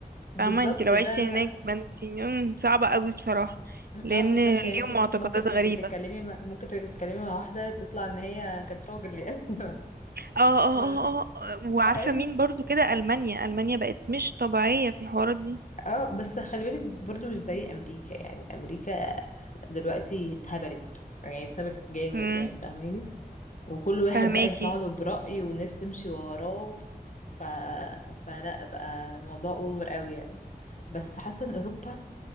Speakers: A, on the left (about 55°); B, on the right (about 90°).
A: بالظبط
B: فاهمة انت لو
A: لا
B: عشتي
A: لا
B: هناك
A: لا.
B: ما انت مم، صعبة قوي بصراحة لان
A: اه بالظبط يعني
B: ليهم
A: انت
B: معتقدات
A: ممكن تبقي
B: غريبة
A: تتكلمي مع... ممكن تبقي تتكلمي مع واحدة تطلع ان هي كانت راجل يعني
B: اه
A: <laughs>
B: اه
A: ف
B: اه اه آه، وعارفة
A: اي
B: مين برضو كده ألمانيا ألمانيا بقت مش طبيعية في الحوارات دي
A: اه بس خلي بالك برضو مش زي امريكا يعني امريكا دلوقتي اتهبلت يعني اتهبلت جامد
B: امم
A: يعني فاهماني وكل واحد
B: فهماكي
A: بقى يطلع له برأي والناس تمشي وراه ف... فلا بقى الموضوع اوفر قوي يعني بس حاسة ان اوروبا